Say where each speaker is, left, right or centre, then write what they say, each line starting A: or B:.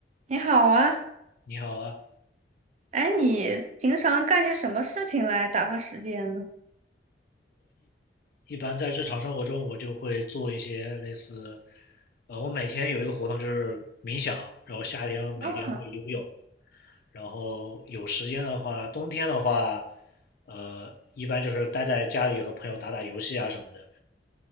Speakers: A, on the right; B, on the left.
A: 你好啊，
B: 你好啊，
A: 哎，你平常干些什么事情来打发时间呢？
B: 一般在日常生活中，我就会做一些类似，呃，我每天有一个活动就是冥想，然后夏天每天会游泳，
A: 啊
B: 然后有时间的话，冬天的话，呃，一般就是待在家里和朋友打打游戏啊什么的。